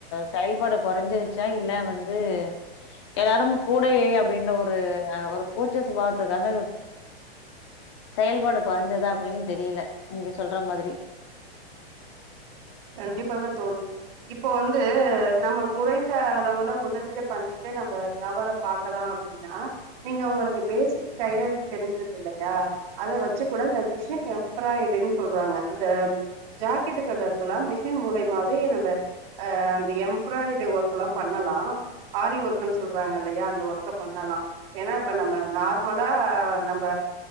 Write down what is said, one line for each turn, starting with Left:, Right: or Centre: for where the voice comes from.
Left: செயல்பாடு குறைஞ்சிருச் சா இல்ல வந்து எல்லாரு கூடேயே அப்டின்ற ஒரு ஒரு கூச்ச சுபாவத்துக்காக செயல்பாடு கொறஞ்சதா அப்டின்னு தெரியல நீங்க சொல்ற மாதிரி
Right: கண்டிப்பாக தோழி இப்போ வந்து நம்ம குறைந்த அளவுல முதலீடு பண்ணிட்டு நம்ம வியாபாரோ பாக்கலா அப் டினா நீங்க உங்களுக்கு பேசிக் டைலரிங் தெரிஞ்சிருக்கு இல்லையா அத வச்சு கூட இந்த மிஷன் எம்ப்ராய்டுன்னு சொல்றாங்க அந்த ஜாக்கெட்டுக்கு அந்த க்கலா மிஷின் மூலையமாவே நம்ம அ அந்த எம்ப்ராய்டு ஒர்க் எல்லா பண்ணலா ஆரி ஒர்க்குன்னு சொல்றாங்க இல்லையா அந்த ஒர்க்க பண்ணலா ஏன்னா இப்ப நம்ப நார்மலா நம்ப